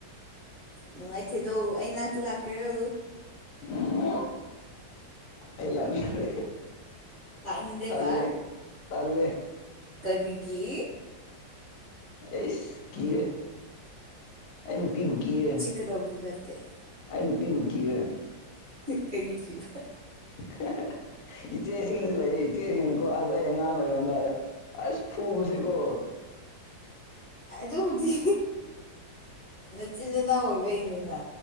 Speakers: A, on the right; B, on the left.
A: ꯅꯨꯡꯉꯥꯏꯇꯦꯗꯣ ꯑꯩ ꯅꯥꯛꯇ ꯂꯥꯛꯀꯦꯔꯣ
B: ꯎꯝ ꯑꯩ ꯂꯥꯛꯅꯤꯡꯗꯦ
A: ꯂꯥꯛꯅꯤꯡꯗꯦꯕ
B: ꯇꯜꯂꯦ ꯇꯜꯂꯦ
A: ꯀꯔꯤꯒꯤ
B: ꯑꯩꯁ ꯀꯤꯌꯦ ꯑꯩ ꯅꯨꯄꯤꯕꯨ ꯀꯤꯌꯦ
A: ꯀꯗꯧꯕꯖꯨ ꯅꯠꯇꯦ
B: ꯑꯩ ꯅꯨꯄꯤꯕꯨ ꯀꯤꯔꯦ
A: ꯀꯩꯒꯤ ꯀꯤꯕ
B: <unintelligible> ꯏꯆꯦꯁꯤꯡꯖꯨ ꯂꯩꯌꯦ ꯏꯆꯦꯁꯤꯡꯅꯀꯣ ꯑꯁ ꯑꯩ ꯑꯉꯥꯡ ꯑꯣꯏꯔꯣꯝꯗꯥꯏꯗ ꯑꯁ ꯐꯨꯕꯁꯦꯀꯣ
A: ꯑꯗꯨꯕꯨꯗꯤ ꯅꯆꯤꯟ ꯅꯅꯥꯎ ꯑꯣꯏꯕꯩꯅꯤꯅ